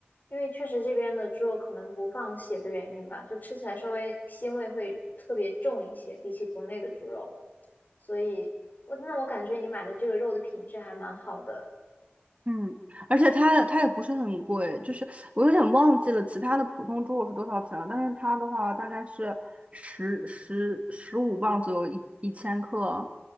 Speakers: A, on the left; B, on the right.
A: 因为确实这边的猪肉可能不放血的原因吧，就吃起来稍微腥味会特别重一些，比起国内的猪肉，所以我那我感觉你买的这个肉的品质还蛮好的。
B: 嗯，而且它它也不是很贵，就是我有点忘记了其他的普通猪肉是多少钱了，但是它的话大概是十十十五磅左右一一千克，